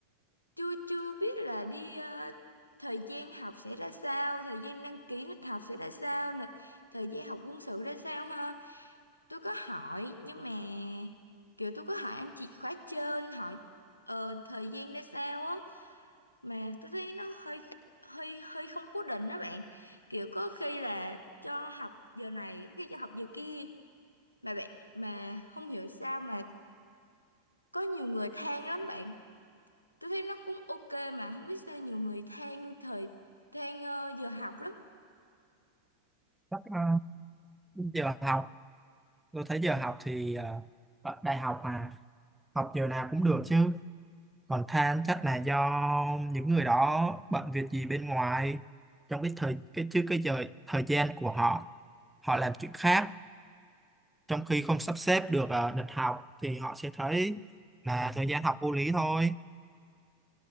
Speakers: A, on the left; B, in the centre.
A: chưa chưa biết là đi ờ, thời gian học sẽ ra sao thời gian đăng ký lịch học sẽ ra sao nè, thời gian học quân sự ra sao ha tôi có hỏi nhưng mà kiểu tôi có hỏi anh chị khóa trên hỏi ờ, thời gian ra sao á mà tôi thấy nó hơi hơi hơi không cố định đó bạn kiểu có khi là cho học giờ này có khi cho học giờ kia mà bạn mà không hiểu sao mà có nhiều người than lắm bạn tôi thấy nó cũng ok mà không biết sao nhiều người than thời than ờ, giờ học lắm
B: Chắc, ờ, giờ học tôi thấy giờ học thì ờ, ở đại học mà học giờ nào cũng được chứ còn than chắc là do những người đó bận việc gì bên ngoài trong cái thời cái chứ cái giờ thời gian của họ họ làm chuyện khác trong khi không sắp xếp được à, lịch học thì họ sẽ thấy là thời gian học vô lý thôi